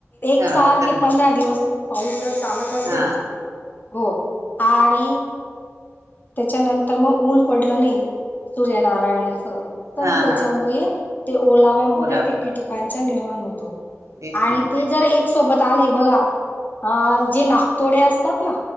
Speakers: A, on the left; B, on the right.
A: एक
B: हा
A: साल
B: तर
A: कि
B: मग
A: पंधरा दिवस तू पाऊस जर चालत असेल
B: हा
A: हो. आणि त्याच्यानंतर मग ऊन पडलं नाही सूर्यनारायणा. त मग
B: हा
A: त्याच्यामुळे
B: हा
A: ते ओलाव्यामुळे
B: बोला
A: ते कीटकांचा निर्माण होतो.
B: तेच
A: आणि
B: ना
A: ते जर एक सोबत आले बघा अ जे नागतोडे असतात ना.